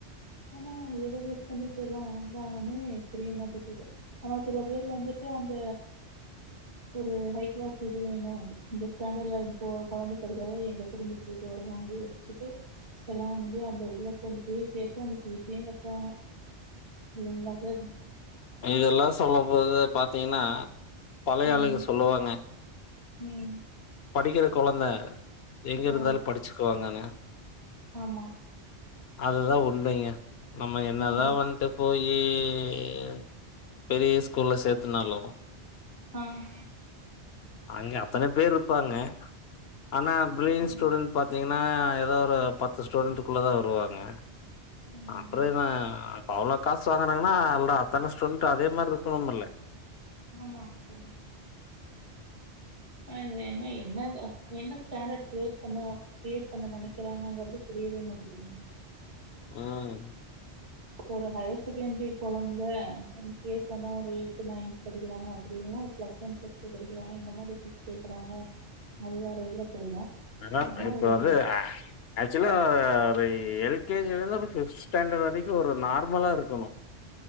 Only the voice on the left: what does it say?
இதெல்லா சொல்லபோது பாத்தீங்கன்னா பழைய
ஆளுக சொல்லுவாங்க
படிக்கிற குழந்தை எங்க இருந்தாலும்
படிச்சுக்குவாங்கங்க
அதுதான் ஒரு உண்மைங்க நம்ம என்னதான்
வந்துட்டு போயி நீ பெரிய ஸ்கூல்ல சேர்த்துனாலும்
அங்க அத்தனை பேரு இருப்பாங்க ஆனா ஃப்ரிலியன்
ஸ்டூடண் பாத் பாத்தீங்கன்னா ஏதாவது ஒரு பத்து ஸ்டூடண்ட்டுக்குள்ள தான் வருவாங்க
அப்புறம்யிதான்
ஆவுல காசு வாங்குனாங்கன்னா இல்ல அத்தனை டூடெண்ட் அதே மாரி இருக்கணுமில்ல
உஹம்
மேடம்
இப்ப
வந்து ஆ ஆக்சுவலா ஒரு எல்கேஜில இருந்து பிப்த் ஸ்டாண்டர்ட் வரைக்கும் ஒரு நார்மலா இருக்கணும்